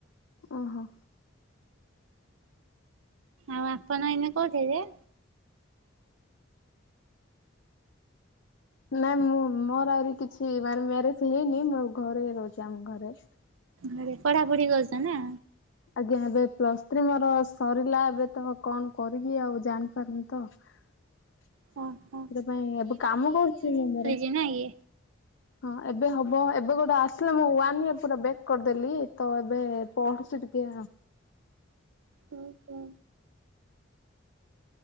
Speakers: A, on the left; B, on the right.
A: ଓହୋ
B: ଆଉ ଆପଣ ଏଇନ କୋଉଠ ଯେ?
A: ନାଇଁ ମୁଁ ମୋର ଆହୁରି କିଛି ମାନେ ମ୍ୟାରେଜ ହେଇନି ମୋ ଘରେ ଇ ରହୁଛି ଆମ ଘରେ।
B: ଘରେ ପଢାପଢି କରୁଛ ନା?
A: ଆଜ୍ଞା ଏବେ ପ୍ଲସ୍ ଥ୍ରୀ ମୋର ସରିଲା ଏବେ ତ କଣ କରିକି ଆଉ ଜାଣିପାରୁନି ତ। ସେ
B: ଓହୋ।
A: ପାଇଁାଇ ଏବେ କାମ କରୁଛି ମୁଁ ମୋର।
B: ନାଇକି
A: ହଁ ଏବେ ହବ ଏବେ ଗୋଟେ ଆସିଲା ମୁଁ ୱାନ୍ ଇୟର ପୁରା ବ୍ୟାକ୍ କରିଦେଲି ତ ଏବେ ପଢୁଛି ଟିକେ।
B: ହୁଁ ହୁଁ